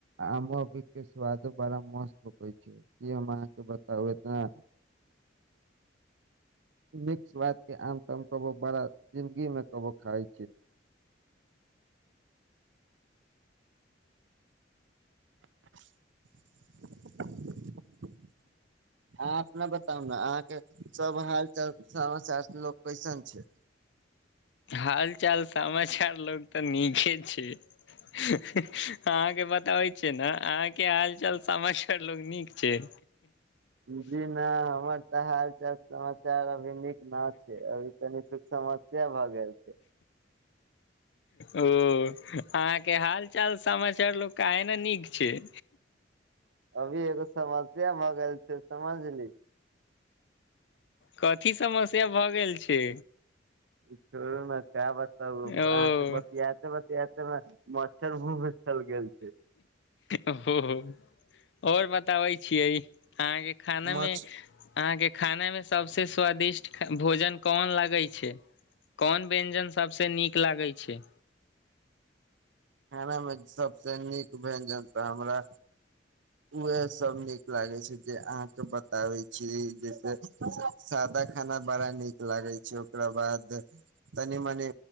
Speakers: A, on the right; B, on the left.
A: आमो अभी के स्वादो बड़ा मस्त होय छै की हम अहाँके बताउ एतना मिक्सवाद के आम त को बड़ा जिंदगी मे कबो खाइ छै <inaudible> अहाँ अपना बताउ न अहाँ के सब हाल चाल समाचार सब लोक कैसन छै
B: हाल चाल समाचार लोक तऽ नीके छैय। <unintelligible> अहाँके बताबै छियै, न अहाँके हाल चाल समाचर लोक नीक छैय।
A: जी न हमर हाल- चाल समाचार अभी नीक ना छैय, अभी तनी सँ समस्या भऽ गाएल छैय। <inaudible>
B: ओ अहाँके हाल चाल समाचार लोक काहेन नीक छैय।
A: अभी एगो समस्या भऽ गेल छै से समझली
B: कथि समस्या भऽ गेल छै
A: ई छोड़ू ने आएब तब
B: ओ
A: अहाँ से बत- एहि सब बियातेमे मच्छर मुँहमे चलि गेल छै
B: ओ-अ ओ-आओर बताबै छियै अहाँके खानामे
A: मछ
B: अहाँके खानामे सबसे स्वादिष्ट भोजन कोन लागै छै कोन व्यञ्जन सभसँ नीक लागै छै
A: खानामे सभसे नीक व्यञ्जन तऽ हमरा उहे सब नीक लागे छै जे अहाँके बताबै छी जैसे सादा खाना बड़ा नीक लागै छै ओकरा बाद तनी मनी